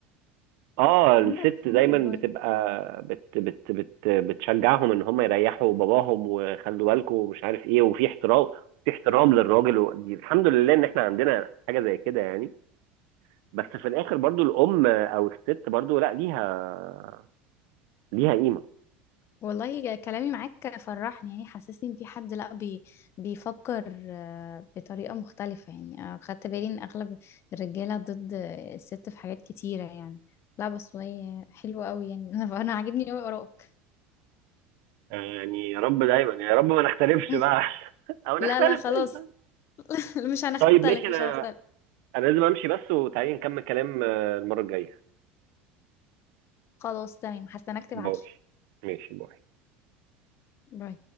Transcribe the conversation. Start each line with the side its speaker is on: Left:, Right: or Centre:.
Right: اه الست
Left: عندك حق
Right: دايما
Left: والله
Right: بتبقى بت بت بت بتشجعهم ان هم يريحوا باباهم وخلوا بالكم ومش عارف ايه وفي احترام في احترام للراجل و... دي الحمد لله ان احنا عندنا حاجه زي كده يعني بس في الاخر برضو الام او الست برضو لا ليها ليها قيمه
Left: والله جا- كلامي معاك فرحني يعني حسسني ان في حد لا بي بيفكر آه، بطريقة مختلفة يعني آه، خدت بالي ان اغلب الرجالة ضد آه، الست في حاجات كتيرة يعني لا بس والله حلوة قوي يعني <laughs> انا أنا عاجبني قوي ارائك
Right: آه، يعني يا رب دايما يعني يا رب ما نختلفش
Left: <laughs>
Right: بقى <laughs> او نختلف
Left: لا لا خلاص
Right: قشطة.
Left: <laughs> مش هنختلف
Right: طيب ماشي انا
Left: مش هنختلف
Right: انا لازم امشي بس وتعالي نكمل كلام آه، المره الجايه
Left: خلاص تمام هستناك تبعتلي
Right: باي ماشي باي
Left: باي